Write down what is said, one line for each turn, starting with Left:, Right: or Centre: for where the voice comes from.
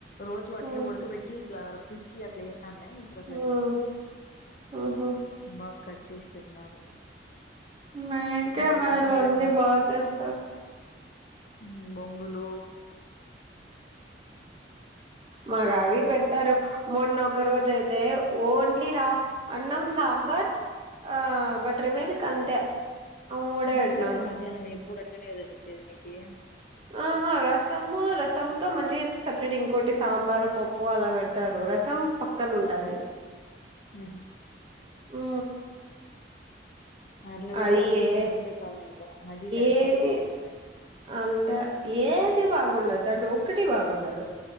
Left: రోజూ
Right: మ్మ్
Left: అట్లే ఉడకబెట్టి ఇట్లా పిసికి అట్లా ఏస్తాండే ఇప్పుడు అట్ల
Right: మ్మ్
Left: లేదు
Right: మ్మ్
Left: బాగ కట్ చేసి పెట్టినారు
Right: మాకే
Left: ఇంకా
Right: మా
Left: రసం
Right: <inaudible> అన్నీ
Left: పెట్టినారు
Right: బా
Left: మజ్జిగ
Right: చేస్తారు
Left: ఉమ్ బొంగులు
Right: మాకు అవీ పెడతారు మొన్నొక రోజైతే ఓన్లీ రా అన్నం సాంబార్ ఆ బటర్ మిల్క్ అంతే ఆ మూడే పెట్టినారు
Left: అంతే కదా మజ్జానం ఎప్పుడూ అట్లనే కదా నువ్వు పెట్టేది మీకి
Right: ఆహా రసము రసంతో మళ్ళీ సపరేట్ ఇంకోటి సాంబారో పప్పు అలా పెడతారు రసం పక్కన ఉంటది
Left: ఊ <unintelligible>
Right: ఊ
Left: అట్లా పెడితే
Right: అయ్యే
Left: అసలు తినబుద్దే కాదు ఇంకా మజ్జిగ తాగి
Right: ఏమి
Left: పండుకోవాల్సిందే
Right: అంతా ఏదీ బాగుండదు దాంట్లో ఒక్కటీ బాగుండదు